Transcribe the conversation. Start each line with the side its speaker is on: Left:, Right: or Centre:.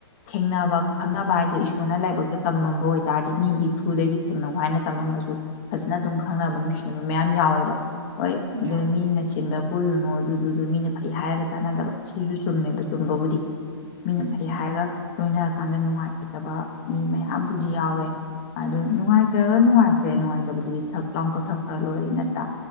Left: ꯊꯦꯡꯅꯕ ꯈꯪꯅꯕ ꯍꯥꯏꯁꯦ ꯏꯁꯣꯔꯅ ꯂꯥꯏꯕꯛꯇ ꯇꯝꯃꯝꯕ ꯑꯣꯏꯇꯥꯥꯔꯗꯤ ꯃꯤꯒꯤ ꯊ꯭ꯔꯨꯗꯒꯤ ꯊꯦꯡꯅꯧ ꯍꯥꯏꯅ ꯇꯝꯃꯝꯃꯥꯁꯨ ꯐꯖꯅ ꯑꯗꯨꯝ ꯈꯪꯅꯕ ꯅꯨꯡꯁꯤꯅꯕ ꯃꯌꯥꯝ ꯌꯥꯎꯋꯦꯕ ꯃꯤ
Right: ꯎꯝ ꯌꯥꯎꯋꯤ
Left: <unintelligible>
Right: ꯌꯥꯎꯋꯤ
Left: ꯄꯨꯣꯏꯅ ꯗꯨꯗꯨꯗꯨ ꯃꯤꯅ ꯐꯩ ꯍꯥꯏꯔꯒ ꯆꯥꯟꯅꯗꯕ ꯁꯤꯁꯨ ꯆꯨꯝꯃꯦꯕ ꯆꯨꯝꯕꯕꯨꯗꯤ ꯃꯤꯅ
Right: ꯎꯝ
Left: ꯐꯩ ꯍꯥꯏꯔꯒ ꯂꯣꯏꯅꯔꯀꯥꯟꯗ ꯅꯨꯡꯉꯥꯏꯇꯥꯕ ꯃꯤ ꯃꯌꯥꯝꯕꯨꯗꯤ ꯌꯥꯎꯋꯦ ꯑꯗꯣ
Right: ꯎꯝ
Left: ꯅꯨꯡꯉꯥꯏꯇ꯭ꯔꯒ ꯅꯨꯡꯉꯥꯏ__ ꯇ꯭ꯔꯦ ꯅꯨꯡꯉꯥꯏꯇꯕꯗꯨꯗꯤ ꯊꯛ ꯂꯥꯎ ꯀꯛꯊꯛ ꯈꯔ ꯂꯣꯏꯔꯦ ꯅꯠꯇ꯭ꯔꯥ